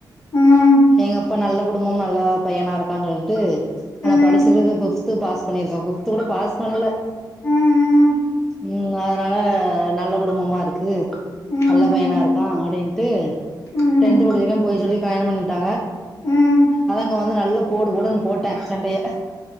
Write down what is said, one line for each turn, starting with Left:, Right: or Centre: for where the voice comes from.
Left: ம்
Centre: எங்கப்பா நல்ல குடும்போ நல்ல பையனாருக்கான் சொல்லிட்டு ஆனா
Left: ம்
Centre: படிச்சக்கறது ஃபிஃப்த் து பாஸ் பண்ணிருக்கா ஃபிஃவ்த்து கூட பாஸ் பண்ணல
Left: ம்
Centre: ம் அதனால நல்ல குடும்பமாருக்கு
Left: ம்
Centre: நல்ல
Left: ம்
Centre: பையனாருக்கா அப்டின்ட்டு
Left: ம்
Centre: டென்த் முடிச்சிக்கே பொய் சொல்லி கல்யாணம் பண்ணிட்டாங்க
Left: ம்
Centre: அதா இங்க வந்து நல்லா போடு போடுன் போட்டே சண்டைய